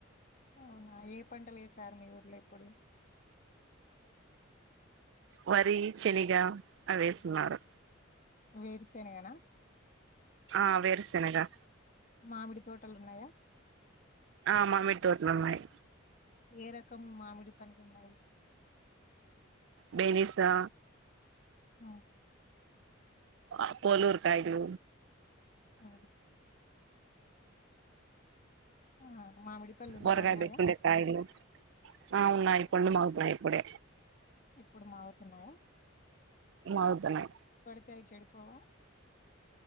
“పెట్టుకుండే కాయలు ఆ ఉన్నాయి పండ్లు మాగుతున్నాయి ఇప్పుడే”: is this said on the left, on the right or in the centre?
Right